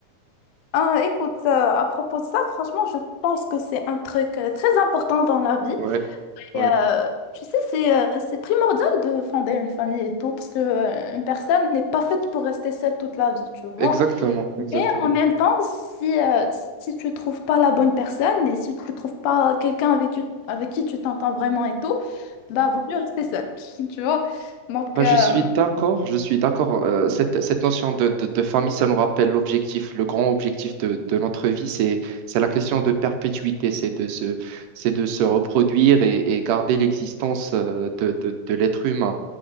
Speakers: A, on the left; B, on the right.
A: Euh, écoute, euh, à propos de ça, franchement, je pense que c'est un truc euh, très important dans la vie.
B: Ouais,
A: Et,
B: ouais,
A: euh, tu sais, c'est euh, c'est primordial de fonder une famille et tout, parce que euh, une personne n'est pas faite pour rester seule toute la vie, tu vois.
B: exactement, exactement.
A: Mais en même temps, si, euh, si tu trouves pas la bonne personne et si tu trouves pas quelqu'un avec qui, avec qui tu t'entends vraiment et tout, bah, vaut mieux rester seule, <laughs> tu vois. Donc,
B: Bah,
A: euh,
B: je suis d'accord, je suis d'accord. Euh, cette, cette notion de, de- de famille, ça nous rappelle l'objectif, le grand objectif de, de notre vie, c'est, c'est la question de perpétuité, c'est de se, c'est de se reproduire et, et garder l'existence euh, de, de- de l'être humain.